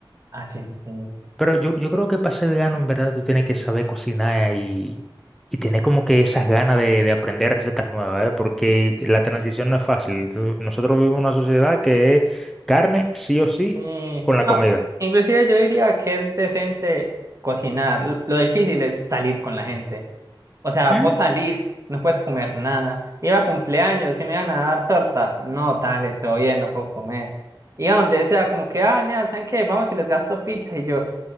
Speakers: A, on the right; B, in the centre.
A: Ah, sí, sí, sí.
B: Pero yo, yo creo que para ser vegano, en verdad, tú tienes que saber cocinar y, y tener como que esas ganas de, de aprender recetas nuevas, ¿eh? Porque la transición no es fácil. Tú- Nosotros vivimos en una sociedad que es carne sí o sí
A: Sí.
B: con la
A: No,
B: comida.
A: inclusive yo diría que es decente cocinar. L- Lo difícil es salir con la gente. O sea,
B: Ujú.
A: vos salís, no puedes comer nada. Iba a cumpleaños y me iban a dar torta. No, dale, todo bien, no puedo comer. Iba donde sea, como que, ah, nea, ¿saben qué? Vamos y les gasto pizza. Y yo,